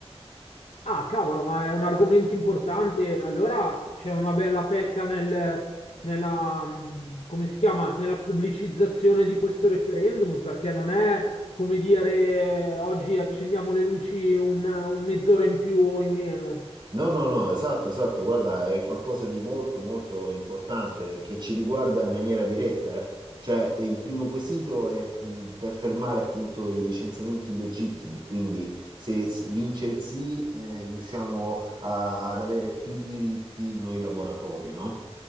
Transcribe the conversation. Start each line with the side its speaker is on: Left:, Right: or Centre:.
Left: Ah, cavolo, ma è un argomento importante. Allora c'è una bella pecca nel- nella, mh, come si chiama? Nella pubblicizzazione di questo referendum, perché non è come dire oggi accendiamo le luci un, un mezz'ora in più o in meno,
Right: No, no, no, esatto, esatto, guarda, è qualcosa di molto, molto importante che ci riguarda in maniera diretta, eh. Cioè, il primo quesito è mh, per fermare appunto i licenziamenti illegittimi, quindi se si- vince il sì, eh, riusciamo a- ad avere più diritti noi lavoratori, no?